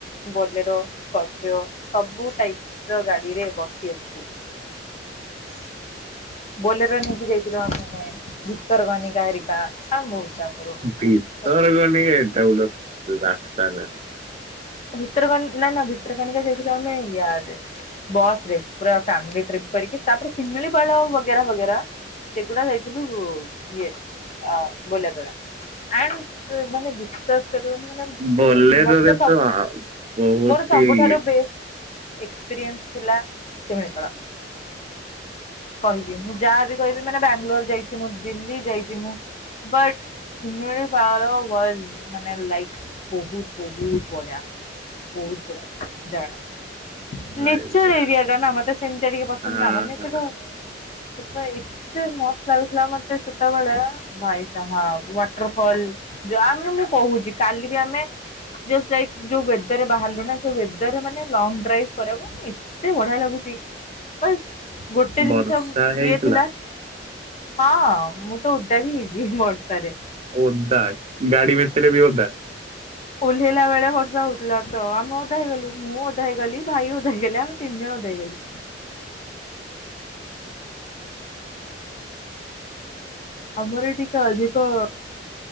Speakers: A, on the left (about 40°); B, on the right (about 35°).
A: ବୋଲେରୋ ସ୍କୋର୍ପି ତ ସବୁ ଟାଇପ ର ଗାଡିରେ ବସିଅଛୁ। <inaudible> ବୋଲେର ନେଇକି ଯାଇଥିଲୁ ଆମେ ଭିତରକନିକା ହେରିକା ଆଉ ବହୁତ। ଆଗରୁ।
B: ଭିତରକନିକା ହେଟା ଗୋଟେ ରାସ୍ତା ନା
A: ଆଉ ଭିତରକନି ନା ନା ଭିତରକନିକା ଯାଇଥିଲୁ ଆମେ ୟାର୍ଡରେ ବସ ରେ ପୁରା ଫ୍ୟାମିଲି ଟ୍ରିପ୍ କରିକି ତାପରେ ସିମି ମିଳିପାଳ ବଗେରା ବଗେରା ସେଗୁଡା ଯାଇଥିଲୁ ଇଏରେ ଆ ବୋଲେରୋରେ ଆଣ୍ଡ ମାନେ ବିଶ୍ୱାସ କରିବନି ମାନେ
B: ବୋଲେରରେ
A: ମତେ ସବୁ
B: ତ ବହୁତ
A: ମୋର ସବୁଠାରୁ
B: ହି
A: ବେଷ୍ଟ ଏକ୍ସପିରିଏନ୍ସ ଥିଲା ଶିମିଳିପାଳ କହିବି ମୁଁ ଯା ବି କହିବି ମାନେ ବ୍ୟାଙ୍ଗଲୋର ଯାଇଛି ମୁଁ ଦିଲ୍ଲୀ ଯାଇଛି ମୁଁ ବଟ ଶିମିଳିପାଳ ୱାଜ ମାନେ ଲାଇକ ବହୁତ ବହୁତ ବଢ଼ିଆ ବହୁତ ବଢ଼ିଆ ଜାଗାଟା ନେଚର
B: ଆଜ୍ଞା
A: ଏରିଆ ଟା ନା ମତେ ସେମିତିଆ ଟିକେ ପସନ୍ଦ
B: ହଁ
A: ନା ମାନେ
B: ହଁ
A: ସେଟା ସେଟା ଏତେ ମସ୍ତ ଲାଗୁଥିଲା ମତେ ସେତେବେଳେ ଭାଇଶାହାବ ୱାଟର ଫଲ ଯ ଆମେ ମୁଁ କହୁଛି କାଲି ବି ଆମେ ଜଷ୍ଟ ଲାଇକ ଯୋଉ ୱେଦର ବାହରିଲୁନା ସେ ୱେଦର ଲଙ୍ଗ ଡ୍ରାଇଭି କରିବାକୁ ଏତେ ବଢ଼ିଆ ଲାଗୁଛି। ବାସ ଗୋଟେ ଜିନିଷ
B: ବର୍ଷା ହେଇଥିଲା
A: ଇଏ ଥିଲା ହଁ ମୁଁ ତ ଓଦା ବି ହେଇଛି ବର୍ଷା ରେ।
B: ଓଦା ଗାଡି ଭିତରେ ବି ଓଦା।
A: ଓହ୍ଲେଇଲା ବେଳେ ବର୍ଷା ହଉଥିଲା ତ ଆମେ ଓଦା ହେଇଗଲୁ ମୁଁ ଓଦା ହେଇଗଲି ଭାଇ ଓଦା ହେଇଗଲା ଆମେ ତିନି ଜଣ ଦେଇଗଲି ଆମର ଟିକେ ଅଧିକ